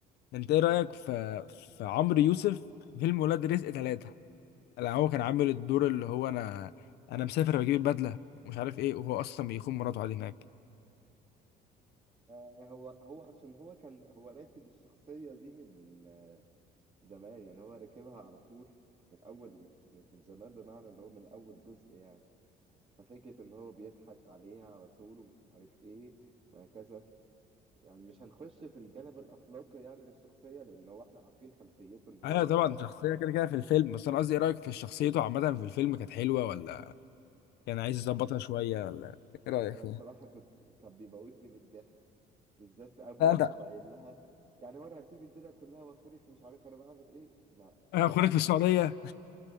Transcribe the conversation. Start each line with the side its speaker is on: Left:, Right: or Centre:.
Left: انت ايه رأيك في في عمرو يوسف في فيلم ولاد رزق ثلاثة لا هو كان عامل الدور اللي هو انا انا مسافر بجيب البدلة مش عارف ايه وهو اصلا بيخون مراته عادي هناك
Right: آه، هو هو عشان هو كان هو راكب الشخصية دي من آه، زمان يعني هو راكبها على طول من أول مش من من زمان بمعنى اللي هو من أول جزء يعني ففكرة إن هو بيضحك عليها على طول ومش عارف إيه وهكذا يعني مش هنخش في الجانب الأخلاقي يعني للشخصية لأن هو إحنا عارفين خلفيته إن هي
Left: ايوه طبعا شخصية كده كده في الفيلم بس انا قصدي ايه رأيك في شخصيته عامة في الفيلم كانت حلوة ولا يعني عايز يظبطها شوية ولا ايه رأيك
Right: انا
Left: فيها؟
Right: بصراحه كنت كان بيموتني من الضحك بالذات اول
Left: لا انت
Right: ما يقوم قايل لها يعني هو انا هسيب الدنيا كلها واخونك مش عارف انا بعمل ايه لا <laughs>
Left: انا اخوانك في السعودية